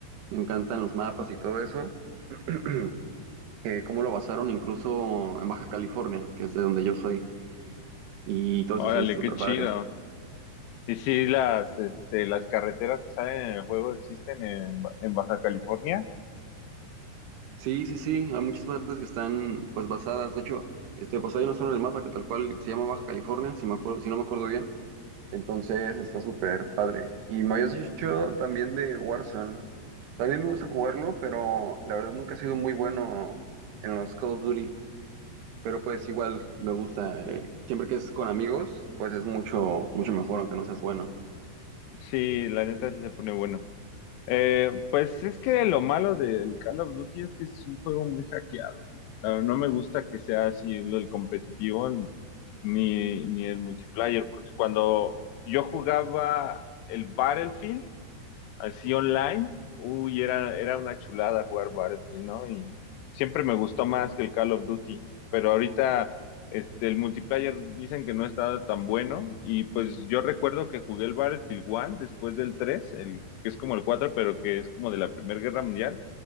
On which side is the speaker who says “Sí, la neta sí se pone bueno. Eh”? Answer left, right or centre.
Left